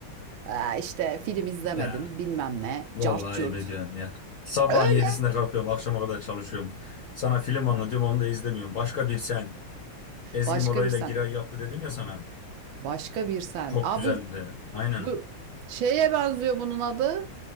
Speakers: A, on the right (about 70°); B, on the left (about 50°).
A: "Aa, işte film izlemedin,
B: Ya
A: bilmem ne,
B: vallahi
A: cart curt.
B: ayıp ediyorsun ya. Sabahın
A: Öyle.
B: yedisinde kalkıyorum akşama kadar çalışıyorum. Sana film anlatıyorum onu da izlemiyorum. Başka bir sen Ezgi
A: Başka
B: Mola
A: bir
B: ile
A: sen.
B: Giray yaptı dedim ya sana.
A: Başka bir sen.
B: Çok
A: Aa
B: güzeldi.
A: bu
B: Aynen.
A: Bu şeye benziyor bunun adı.